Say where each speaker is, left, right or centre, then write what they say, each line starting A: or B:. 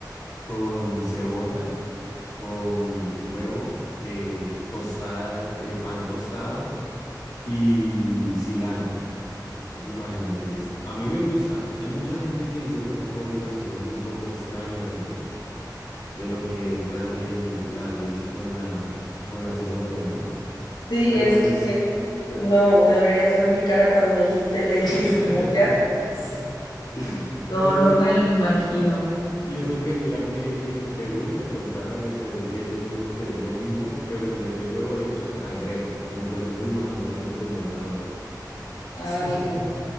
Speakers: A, on the left; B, on the left.
A: con cebolla, con huevo, eh, tostada, eh, pan tostado y cilantro. Es, imagínate, es- a mí me gusta. Hay mucha gente que dice que esa combinación es un poco extraña de, de lo que es la, el- la leche con la, con la cebolla, ¿no?
B: Sí,
A: Pero
B: es
A: pues,
B: que no, deberías ver mi cara cuando dijiste leche
A: <laughs>
B: y cebolla.
A: sí.
B: No,
A: Eso
B: no
A: que,
B: me lo imagino.
A: y eso que mira que en, en Perú, me contaron, en Perú tienen uno que es lo mismo, pero en vez de huevo le echan cangrejo. Entonces imagínate cómo es ahora.
B: Ay,
A: <laughs>
B: no.